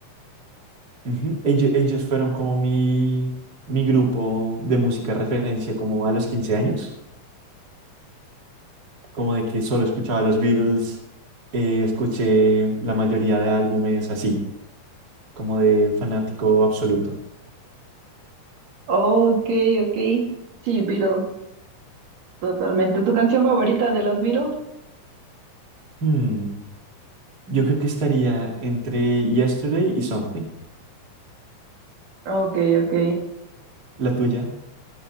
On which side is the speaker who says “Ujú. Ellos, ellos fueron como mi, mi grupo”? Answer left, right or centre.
Right